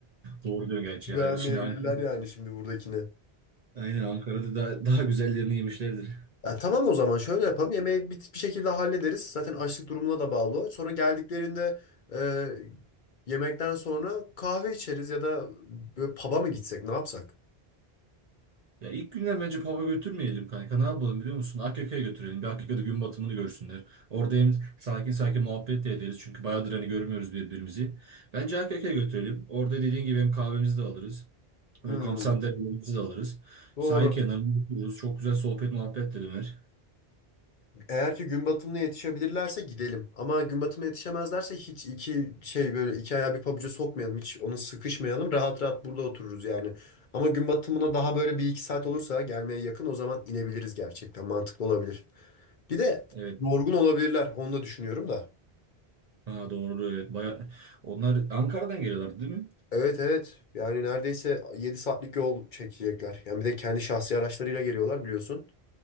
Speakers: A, on the right; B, on the left.
A: Doğru diyorsun gerçi
B: Beğenmeyebilirler
A: ya. Şimdi Ankara,
B: yani şimdi buradakini.
A: aynen Ankara'da daha, daha güzellerini yemişlerdir.
B: Ya tamam o zaman şöyle yapalım. Yemeği bir, bir şekilde hallederiz. Zaten açlık durumuna da bağlı. o. Sonra geldiklerinde e, yemekten sonra kahve içeriz ya da böyle pub'a mı gitsek ne yapsak?
A: Ya ilk günler bence pub'a götürmeyelim kanka. Ne yapalım biliyor musun? Akyaka'ya götürelim. Bir Akyaka'da gün batımını görsünler. Orada hem sakin sakin muhabbet de ederiz. Çünkü bayağıdır hani görmüyoruz birbirimizi. Bence Akyaka'ya götürelim. Orada dediğin gibi hem kahvemizi de alırız. Böyle
B: Hmm,
A: kamp sandalyelerimizi de alırız.
B: doğru.
A: Sahil kenarında otururuz. Çok güzel sohbet muhabbet de döner.
B: Eğer ki gün batımına yetişebilirlerse gidelim. Ama gün batımına yetişemezlerse hiç iki şey böyle iki ayağı bir pabuca sokmayalım. Hiç ona sıkışmayalım. Rahat rahat burada otururuz yani. Ama gün batımına daha böyle bir iki saat olursa gelmeye yakın o zaman inebiliriz gerçekten. Mantıklı olabilir. Bir de
A: Evet.
B: yorgun olabilirler. Onu da düşünüyorum da.
A: Ha, doğru evet. Baya... Onlar Ankara'dan geliyorlardı değil mi?
B: Evet evet. Yani neredeyse 7 saatlik yol çekecekler. Yani bir de kendi şahsi araçlarıyla geliyorlar biliyorsun.